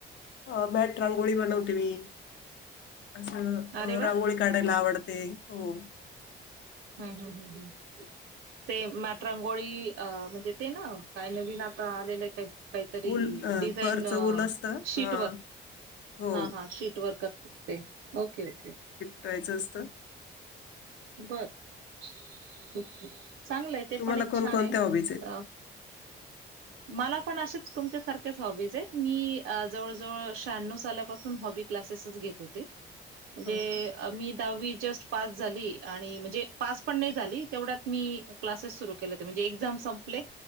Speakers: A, on the left; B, on the right.
A: अ मॅट रांगोळी बनवते मी. असं
B: अरे
A: रांगोळी
B: वा
A: काढायला आवडते हो.
B: हं हं हं हं. ते मॅटरांगोळी अ म्हणजे ते ना, काय नवीन आता आलेले ते. काहीतरी
A: ऊल अं,
B: डिझाईन
A: फरचं ऊल असतं.
B: शीट
A: हा.
B: वर.
A: हो.
B: हा हा, शीटवर करतात ते ओके ओके.
A: कायचं असतं.
B: बर चांगलंय. ते
A: तुम्हाला
B: पण, एक
A: कोणकोणत्या
B: छान ये.
A: हॉबीज
B: <inaudible>
A: आहेत?
B: मला पण अशेच तुमच्यासारख्याच हॉबीज आहेत. मी जवळ जवळ शहाण्णव सालापासून हॉबी. क्लासेस चं घेत होते. म्हणजे
A: हो का?
B: मी दहावी जस्ट पास झाली. आणि म्हणजे पास पण नाही झाली तेवढ्यात मी, क्लासेस सुरू केले होते. म्हणजे, एक्झाम संपले.